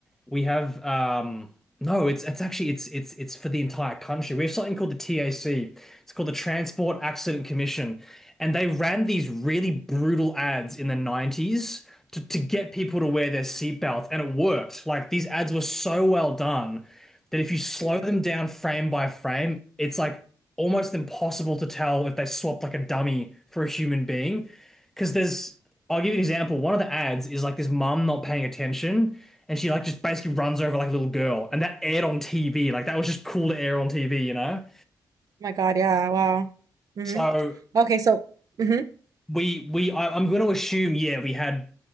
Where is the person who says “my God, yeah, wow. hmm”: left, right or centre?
Right